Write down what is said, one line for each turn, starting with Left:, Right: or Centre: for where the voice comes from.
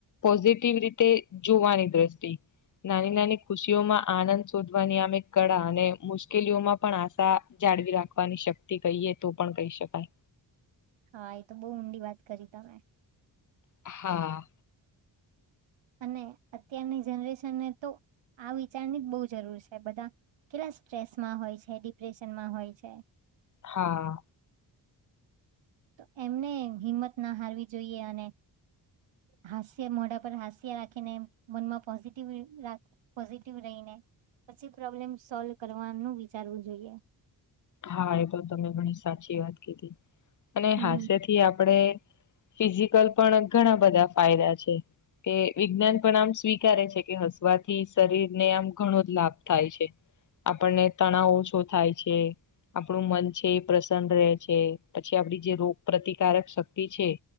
Left: પોઝિટિવ રીતે જોવાની દ્રષ્ટિ નાની નાની ખુશીઓમાં આનંદ શોધવાની આમ કળા અને મુશ્કેલીઓ માં પણ આ જાળવી રાખવાની શક્તિ કહીએ તો પણ કહી શકાય
Right: હા, એ તો બહુ ઊંડી વાત કરી તમે
Left: હા
Right: અને અત્યારની જનરેશનને તો આ વિચારની જ બહુ જરૂર છે બધા કેટલા સ્ટ્રેસમાં હોય છે ડિપ્રેશનમાં હોય છે
Left: હા
Right: તો એમને હિંમત ના હારવી જોઈએ અને હાસ્ય મોઢા પર હાસ્ય રાખીને મનમાં પોઝિટિવ રાખ પોઝિટિવ રહીને પછી પ્રોબ્લેમ સોલ્વ કરવાનું વિચારવું જોઈએ
Left: હા, એ તો તમે ઘણી સાચી વાત કીધી અને
Right: હમ
Left: હાસ્યથી આપણે ફિઝિકલ પણ ઘણા બધા ફાયદા છે કે વિજ્ઞાન પણ આમ સ્વીકારે છે કે હસવાથી શરીરને આમ ઘણો જ લાભ થાય છે આપણને તણાવ ઓછો થાય છે આપણું મન છે એ પ્રસન્ન રહે છે પછી આપડી જે રોગ પ્રતિકારક શક્તિ છે